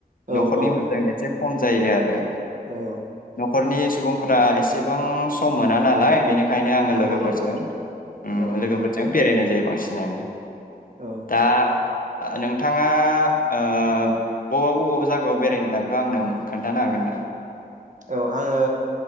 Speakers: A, on the right; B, on the left.
A: औ
B: न'खरनिबो
A: औ औ
B: जों एसे खम जायो आरो
A: औ
B: न'खरनि सुबुंफोरा एसेबां सम मोना नालाय बेनिखायनो ओंखायनो आङो
A: नंगौ
B: लोगोफोरजों
A: नंगौ औ
B: लोगोफोरजों
A: औ
B: बेरायनाय जायो बांसिन। <inaudible>
A: औ
B: दा नोंथाङा ओ बबा बबावबा जायगायाव बेरायनो थांखो आंनो खोन्थानो हागोन ना?
A: औ आङो